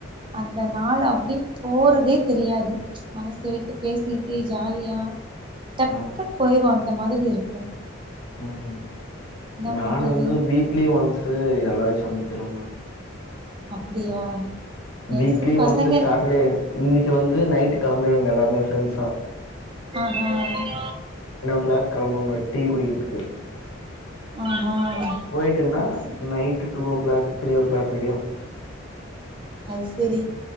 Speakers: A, on the right; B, on the left.
A: அந்த நாள் அப்டி போறதே தெரியாது மனச விட்டு பேசிட்டு ஜாலியா டக்குன்னு
B: ஆமா
A: போயிரு அந்த மாதரி இருக்கு
B: ம்
A: என்ன
B: நா
A: பண்றது
B: வந்து வீக்லி ஒன்ஸ் எல்லாரையு சந்தி ச்சுருவோ மேம்
A: அப்டியா மேக்சிமம்
B: வீக்லி
A: பசங்க
B: ஒன்ஸ் சேட்டர்டே இன்னைக்கு வந்து நைட் கெளம்பிடுவாங்க எல்லாருமே ஃப்ரெண்ட்ஸ்லா
A: ஆஹா
B: கிளாக் கெளம்புவங்க டீ குடிக்கிறதுக்கு
A: ஆஹா
B: போயிட்டுங்கண்ணா
A: அது சே
B: night two o'clock three o'clock வரையு
A: அது செரி